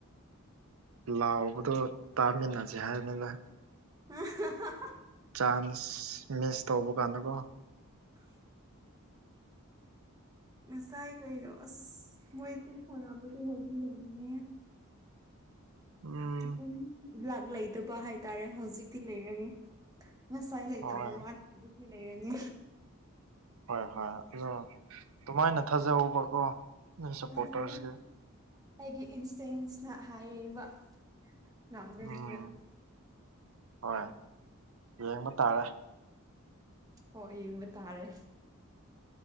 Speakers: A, on the right; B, on the right.
A: ꯂꯥꯎꯕꯗꯣ ꯇꯥꯃꯤꯟꯅꯁꯦ ꯍꯥꯏꯕꯅꯤꯗ
B: <unintelligible>
A: ꯆꯥꯟꯁ ꯃꯤꯁ ꯇꯧꯕ ꯀꯥꯟꯗꯀꯣ
B: <unintelligible> ꯉꯁꯥꯏ ꯀꯩꯅꯣ ꯑꯁ ꯃꯣꯏꯁꯦ ꯁꯥꯟꯅꯕꯗꯤ ꯍꯧꯗꯤ ꯍꯩꯕꯅꯦꯍ
A: ꯎꯝ
B: ꯑꯗꯨꯝ ꯂꯥꯛ ꯂꯩꯇꯕ ꯍꯥꯏꯇꯥꯔꯦ ꯍꯧꯖꯤꯛꯇꯤ ꯂꯩꯔꯅꯤ ꯉꯁꯥꯏ ꯂꯩꯇꯕ
A: ꯍꯣꯏ
B: ꯋꯥꯅꯦ ꯍꯧꯖꯤꯛꯇꯤ ꯂꯩꯔꯅꯤ
A: ꯍꯣꯏ ꯍꯣꯏ ꯑꯗꯣ ꯑꯗꯨꯃꯥꯏꯅ ꯊꯥꯖꯧꯕꯀꯣ ꯅꯣꯏ ꯁꯞꯄꯣꯔꯇꯔꯁꯀꯤ
B: ꯑꯗꯨꯅꯦ ꯑꯩꯒꯤ ꯏꯟꯁꯇꯦꯟꯁꯅ ꯍꯥꯏꯔꯦꯕ ꯉꯝꯔꯅꯤꯅ
A: ꯎꯝ ꯍꯣꯏ ꯌꯦꯡꯕ ꯇꯥꯔꯦ
B: ꯍꯣꯏ ꯌꯦꯡꯕ ꯇꯥꯔꯦ